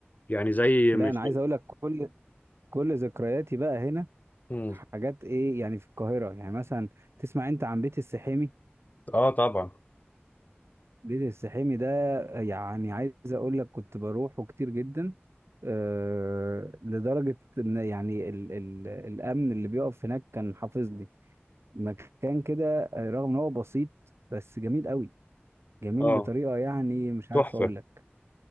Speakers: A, on the left; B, on the right.
A: يعني زي
B: لا
A: مش
B: انا عايز اقول لك كل كل ذكرياتي بقى هنا
A: مم.
B: حاجات ايه يعني في القاهرة يعني مثلا تسمع انت عن بيت السحيمي
A: اه طبعا
B: بيت السحيمي ده يعني عايز اقول لك كنت بروحه كتير جدا أه لدرجة ان يعني ال ال الامن اللي بيقف هناك كان حافظ لي مكان كده آه، رغم ان هو بسيط بس جميل قوي جميل
A: اه
B: بطريقة يعني مش عارف
A: تحفة
B: اقول لك